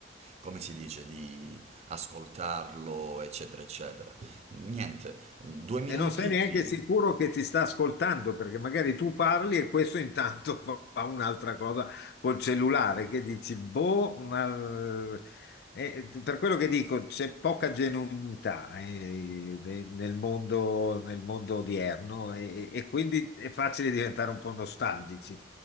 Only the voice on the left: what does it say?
E non sei neanche
sicuro che ti sta ascoltando, perché magari tu parli e questo intanto <laughs> fa fa un'altra cosa col cellulare, che dici, boh, ma... eh, per quello che dico, c'è poca genuinità eh, ne- nel mondo, nel mondo odierno e, e quindi è facile diventare un po' nostalgici,